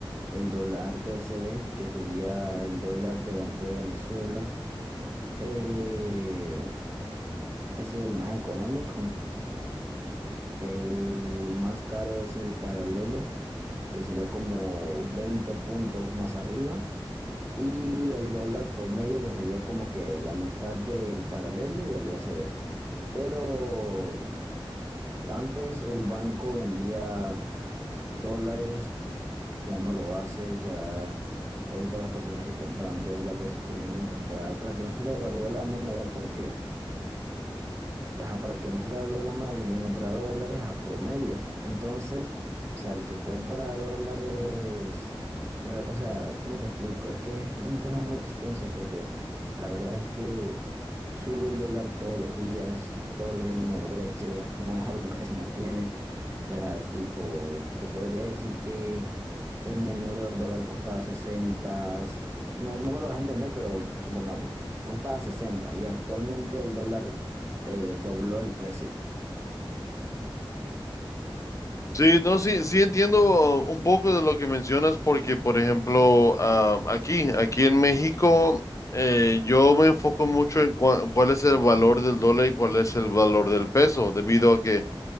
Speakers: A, on the right; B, on the left.
A: El dólar BCB, que sería el dólar de Banco de Venezuela. eh, ese es el más económico. El más caro es el paralelo, que sería como 20 puntos más arriba. Y el dólar promedio, que sería como que la mitad del paralelo y del BCB. Pero antes el banco vendía dólares, ya no lo hace, ya ahorita las personas que compran dólares tienen que comprar para que no se le devalúe la moneda porque ajá, para que no se le valúe la moneda, tienen que comprar dólares a promedio. Entonces, o sea, el que compra dólares, re- o sea, ¿cómo te explico? Es que es un tema muy extenso porque la verdad es que sube el dólar todos los días, todos los días un nuevo precio, no es algo que se mantiene sea, tipo, te podría decir que en enero el dólar costaba 60, no, no me lo vas a entender, pero supongamos, costaba 60 y actualmente el dólar eh, dobló el precio.
B: Sí, no, sí, sí entiendo uh, un poco de lo que mencionas porque, por ejemplo, ah, aquí, aquí en México, eh, yo me enfoco mucho en cua- cuál es el valor del dólar y cuál es el valor del peso, debido a que